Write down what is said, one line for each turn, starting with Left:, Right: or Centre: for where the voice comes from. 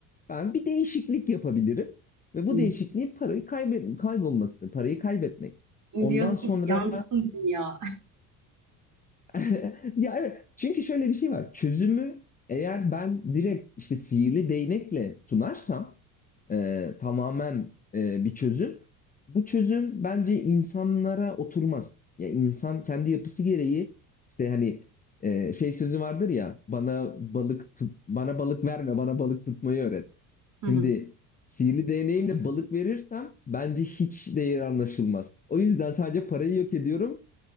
Left: Ben bir değişiklik yapabilirim ve bu
Right: Hı.
Left: değişikliği parayı kaybet kaybolması, parayı kaybetmek. Ondan
Right: Diyorsun
Left: sonra
Right: ki yansın dünya.
Left: <laughs> Ya evet çünkü şöyle bir şey var çözümü eğer ben direkt işte sihirli değnekle sunarsam e, tamamen e, bir çözüm bu çözüm bence insanlara oturmaz. Ya insan kendi yapısı gereği işte hani e, şey sözü vardır ya bana balık tut, bana balık verme bana balık tutmayı öğret. Şimdi
Right: <laughs>
Left: sihirli değneğimle balık verirsem bence hiç değeri anlaşılmaz. O yüzden sadece parayı yok ediyorum